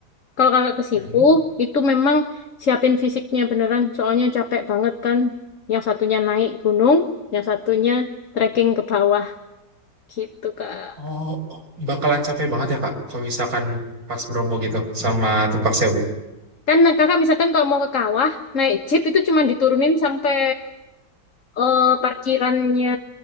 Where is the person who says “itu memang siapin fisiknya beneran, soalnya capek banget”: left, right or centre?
Left